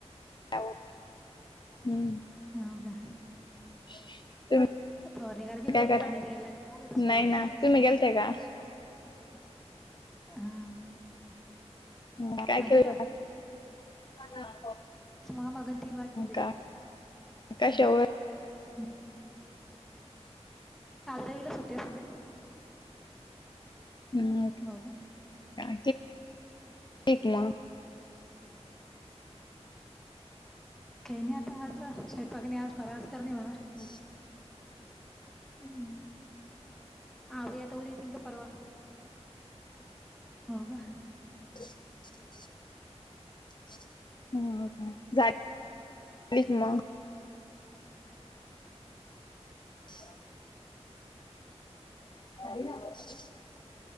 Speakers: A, on the left (about 40°); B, in the centre.
A: <unintelligible> हम्म
B: हाव का?
A: <unintelligible>
B: फवारणी करायची
A: काय
B: त मग
A: कर
B: पाणी द्यायला लागत सोबत,
A: नाही ना
B: मग कसंय?
A: तुम्ही गेलते का?
B: हा
A: ह् काय
B: झाली
A: केऊया
B: ना
A: आताम्
B: मग मग तीन वाजले घरी.
A: का <unintelligible> कशा वर?
B: <inaudible> अलावीला सुट्ट सां‌ <unintelligible>
A: हम्. <inaudible>
B: हो का.
A: का एक म
B: काही नाही आता आज स्वयंपाकनी आज फराळच करणे म्हणा.
A: अ् <inaudible>
B: हम् आ. <inaudible> त उद्या येतील का परवा हो गं.
A: <inaudible> ह् म <unintelligible> <inaudible> अर <unintelligible>